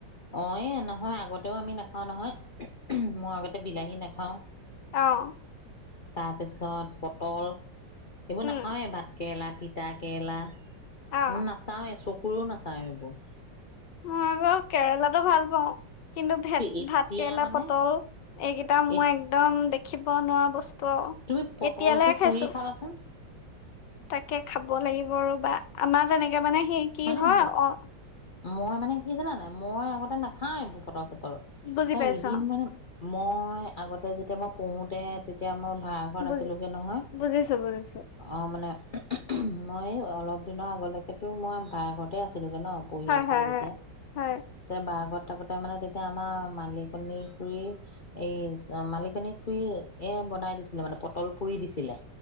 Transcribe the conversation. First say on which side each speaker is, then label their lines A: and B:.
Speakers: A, on the left; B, on the left.
A: অ এ নহয় আগতেও আমি নাখাও নহয়। মই আগতে বিলাহী নেখাওঁ। হ ও।
B: অহ।
A: তাৰপিছত পটল। এইবোৰ
B: উম
A: নাখাওৱে ভাত কেৰেলাত। তিতা কেৰেলা।
B: অ
A: উম নাচাওঁৱে। ফুলো নেখাওঁ এইবোৰ।
B: মই বাৰু কেৰেলাতটো ভাল পাওঁ কিন্তু ভেত
A: এতিয়া
B: ভাত কেৰেলা
A: মানে
B: পটল এইকেইটা মই
A: এ
B: একদম। কিবা নোৱাৰা বস্তু। ত
A: তুমি পটলটো
B: এতিয়ালহে
A: পুৰি
B: খাইছো
A: খাবাচোন
B: তাকে খাব লাগিব ৰ বা। আমাৰ তেনেকে মানে সি কি
A: মানে
B: হয়
A: ম
B: অহঁ।
A: মই মানে কি জানা নাই। মই আগতে নাখাও এইবোৰ পটল চাল
B: বুজি
A: মই
B: পাইছো
A: এদিন
B: অ
A: মানে। মই আগতে যেতিয়া মই পঢ়োতে তেতিয়া মই। ভা়ঘৰত
B: বুজি
A: আছিলোগৈ নহয়
B: বুজিছো বুজিছো
A: অঁ মানে। মই অলপ দিনৰ আগলৈ। সেইটো মই বাই ঘৰতে আছো। আমি নহ পঢ়ি
B: হয়
A: আছিলো
B: হয়
A: যেতিয়া
B: হয় হয়
A: তেতিয়া বা ঘৰত থাাকোতে মানে তেতিয়া আমাৰ মালিকনী খুুৰী এই মালিকনী খুুৰী এ বনাই দিছিলে মানে পটল পুৰি দিছিলে